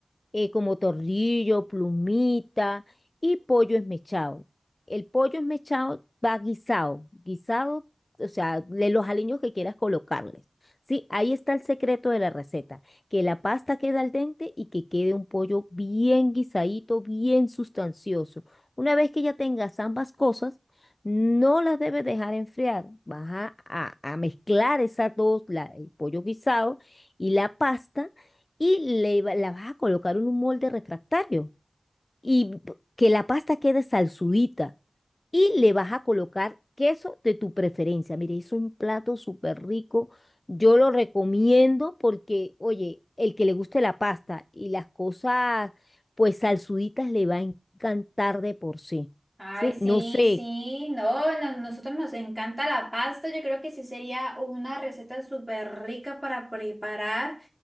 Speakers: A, on the left; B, in the centre.
A: eh, como torrillo, plumita y pollo esmechado. El pollo esmechado va guisado, guisado, o sea, de los aliños que quieras colocarles. Sí, ahí está el secreto de la receta, que la pasta quede al dente y que quede un pollo bien guisadito, bien sustancioso. Una vez que ya tengas ambas cosas, no las debes dejar enfriar. Vas a, a- a mezclar esas dos, la- el pollo guisado y la pasta y le, va- la vas a colocar en un molde refractario y p- que la pasta quede salsudita y le vas a colocar queso de tu preferencia. Mire, es un plato súper rico. Yo lo recomiendo porque, oye, el que le guste la pasta y las cosas, pues salsuditas le va a encantar de por sí.
B: Ay,
A: ¿Sí?
B: sí,
A: No sé.
B: sí, no, no- nosotros nos encanta la pasta, yo creo que sí sería una receta súper rica para preparar.